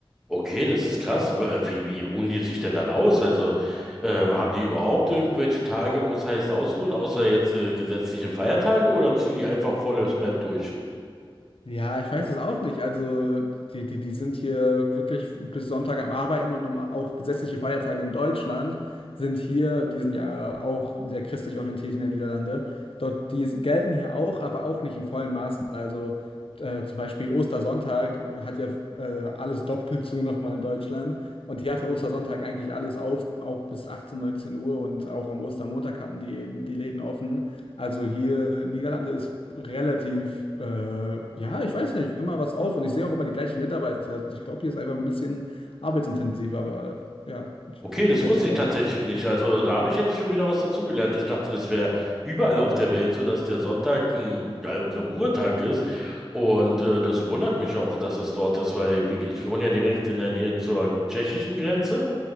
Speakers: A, in the centre; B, on the left.
A: Okay, das ist krass. Aber, äh, Wie, wie ruhen die sich denn dann aus? Also ähm, haben die überhaupt irgendwelche Tage, wo es heißt ausruhen, außer jetzt äh, gesetzliche Feiertage, oder ziehen die einfach volles Mett durch?
B: Ja, ich weiß es auch nicht. Also, die, die, die sind hier wirklich bis Sonntag am Arbeiten und norm- auch gesetzliche Feiertage in Deutschland sind hier, die sind ja auch sehr christlich orientiert in den Niederlande. Dort, die gelten hier auch, aber auch nicht in vollen Maßen. Also, äh, zum Beispiel Ostersonntag hat ja äh, alles doppelt zu nochmal in Deutschland. Und die hatte Ostersonntag eigentlich alles auf, auch bis 18, 19 Uhr und auch am Ostermontag hatten die, die Läden offen. Also hier in Niederlande ist relativ, äh, ja, ich weiß nicht, immer was auf und ich sehe auch immer die gleichen Mitarbeiter. Also ich glaube, hier ist einfach ein bisschen arbeitsintensiver, aber ja, ich
A: Okay, das
B: weiß
A: wusste
B: es
A: ich
B: auch
A: tatsächlich
B: nicht.
A: nicht. Also da habe ich jetzt schon wieder was dazugelernt. Ich dachte, das wäre überall auf der Welt so, dass der Sonntag ein äh, ein Ruhetag ist. Und äh, das wundert mich auch, dass es dort ist, weil wie, ich wohne ja direkt in der Nähe zur tschechischen Grenze.